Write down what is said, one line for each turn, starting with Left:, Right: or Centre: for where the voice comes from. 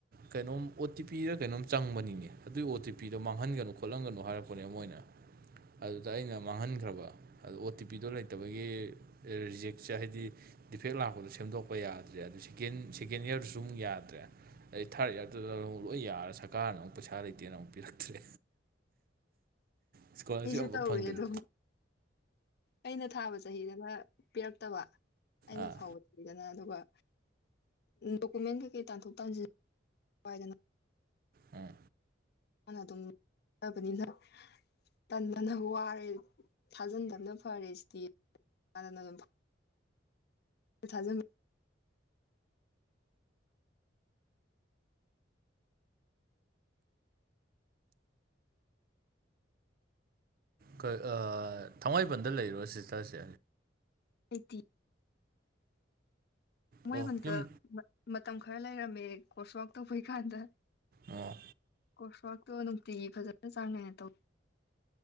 Right: ꯀꯩꯅꯣꯝ ꯑꯣ ꯇꯤ ꯄꯤꯔꯥ ꯀꯩꯅꯣꯝ ꯆꯪꯕꯅꯤ ꯅꯤꯅ‌ꯦ ꯑꯗꯨꯏ ꯑꯣ ꯇꯤ ꯄꯤꯗꯣ ꯃꯥꯡꯍꯟꯒꯅꯨ ꯈꯣꯠꯍꯟꯒꯅꯨ ꯍꯥꯏꯔꯛꯄꯅꯦ ꯃꯣꯏꯅꯥ ꯑꯗꯨꯗ ꯑꯩꯅ ꯃꯥꯡꯍꯟꯈ꯭ꯔꯕ ꯑꯗꯨ ꯑꯣ ꯇꯤ ꯄꯤꯗꯣ ꯂꯩꯇꯕꯒꯤ ꯔꯤꯖꯦꯛ ꯆꯥꯏ ꯍꯥꯏꯗꯤ ꯗꯤꯐꯦꯛ ꯂꯥꯛꯄꯗꯨ ꯁꯦꯝꯗꯣꯛꯄ ꯌꯥꯗ꯭ꯔꯦ ꯑꯗꯨ ꯁꯦꯀꯦꯟ ꯁꯦꯀꯦꯟ ꯏꯌꯥꯔꯗꯨꯁꯨ ꯑꯃꯨꯛ ꯌꯥꯗ꯭ꯔꯦ ꯑꯗꯩ ꯊꯥꯔꯠ ꯏꯌꯥꯔꯗꯨꯗ ꯑꯃꯨꯛ ꯂꫭꯏ ꯌꯔꯥ ꯁꯔꯀꯥꯔꯅ ꯑꯃꯨꯛ ꯄꯩꯁꯥ ꯂꯩꯇꯦꯅ ꯑꯃꯨꯛ ꯄꯤꯔꯛꯇ꯭ꯔꯦ ꯏꯁꯀꯣꯂꯥꯔꯁꯤꯞ
Left: ꯑꯩꯁꯨ
Right: ꯑꯃꯐꯥꯎ
Left: ꯇꯧꯔꯦ
Right: ꯐꯪꯗꯕꯤ
Left: ꯑꯗꯣ ꯑꯩꯅ ꯊꯥꯕ ꯆꯍꯤꯗꯅ ꯄꯤꯔꯛꯇꯕ ꯑꯩꯅ
Right: ꯑꯥ
Left: ꯐꯥꯎꯗꯅ ꯑꯗꯨꯝ ꯑꯗꯨꯒ ꯗꯣꯀꯨꯃꯦꯟ ꯀꯩꯀꯩ ꯇꯥꯟꯊꯣꯛ ꯇꯥꯟꯁꯤꯟ ꯋꯥꯏꯗꯅ
Right: ꯎꯝ
Left: <unintelligible> ꯇꯟꯗꯅ ꯋꯥꯔꯦ ꯊꯥꯖꯤꯟꯕꯅ ꯐꯔꯦ ꯁꯤꯗꯤꯗꯅ ꯑꯗꯨꯝ ꯊꯥꯖꯝ <unintelligible>
Right: ꯀꯩ ꯑꯥ ꯊꯥꯡꯃꯩꯕꯟꯗ ꯂꯩꯔꯣ ꯁꯤꯁꯇꯔꯁꯦ
Left: ꯂꯩꯇ‌ꯦ ꯃꯣꯏ
Right: ꯑꯣ
Left: ꯃꯇꯥ
Right: ꯌꯨꯝ
Left: ꯃꯇꯝ ꯈꯔ ꯂꯩꯔꯝꯃꯦ ꯀꯣꯔꯁ ꯋꯥꯔꯛ ꯇꯧꯕꯩ ꯀꯥꯟꯗ
Right: ꯑꯣ
Left: ꯀꫭꯔꯁ ꯋꯥꯛꯇꯣ ꯅꯨꯡꯇꯤꯒꯤ ꯐꯖꯅ ꯆꯥꯡꯅꯥꯏꯅ ꯇꯧ